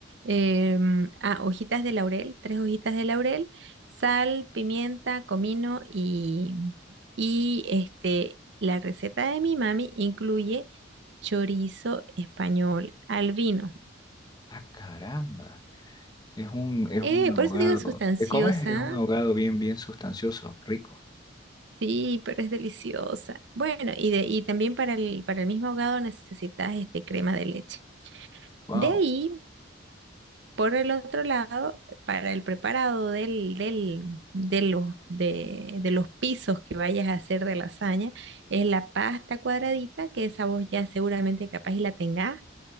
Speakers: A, on the right; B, on the left.
A: em, ah, hojitas de laurel, tres hojitas de laurel, sal, pimienta, comino y, y este, la receta de mi mami incluye chorizo español al vino.
B: Ah, caramba, es un, es
A: Eh,
B: un ahogado.
A: por eso digo es sustanciosa,
B: ¿Eh, ¿Cómo es? Es un ahogado bien, bien sustancioso, rico.
A: sí, pero es deliciosa. Bueno, y, de, y también para el, para el mismo ahogado necesitas este, crema de leche.
B: Wow.
A: De ahí Por el otro lado, para el preparado del, del- de los, de, de los pisos que vayas a hacer de lasaña, es la pasta cuadradita, que esa vos ya seguramente capaz y la tengas.